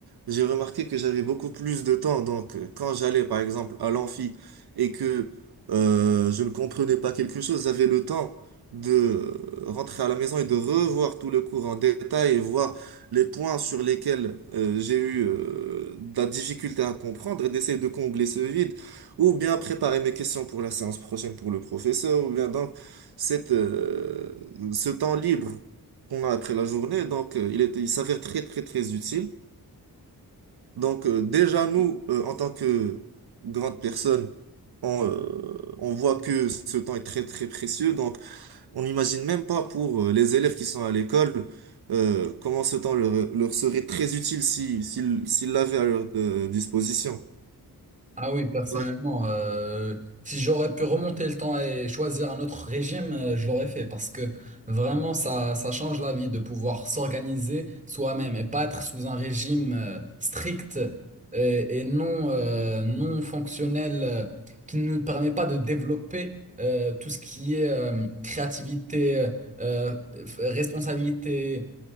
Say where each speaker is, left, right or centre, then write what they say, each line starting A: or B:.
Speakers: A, on the right (about 75°); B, on the right (about 20°).
A: j'ai remarqué que j'avais beaucoup plus de temps. Donc, euh, quand j'allais, par exemple, à l'amphi et que euh, je ne comprenais pas quelque chose, j'avais le temps de euh, rentrer à la maison et de revoir tout le cours en détail et voir les points sur lesquels euh, j'ai eu euh, de la difficulté à comprendre et d'essayer de combler ce vide, ou bien préparer mes questions pour la séance prochaine pour le professeur, ou bien donc cette, euh, ce temps libre qu'on a après la journée. Donc, euh, il était, il s'avère très, très, très utile. Donc, euh, déjà, nous, euh, en tant que grandes personnes, on, euh, on voit que ce temps est très, très précieux. Donc, on n'imagine même pas pour euh, les élèves qui sont à l'école, euh, comment ce temps leur, leur serait très utile si, s'ils, s'ils l'avaient à leur euh, disposition.
B: Ah oui, personnellement,
A: Ouais.
B: euh, si j'aurais pu remonter le temps et choisir un autre régime, euh, je l'aurais fait parce que vraiment, ça, ça change la vie de pouvoir s'organiser soi-même et pas être sous un régime euh, strict et, et non, euh, non fonctionnel euh, qui ne nous permet pas de développer euh, tout ce qui est euh, créativité, euh, euh, f- responsabilité.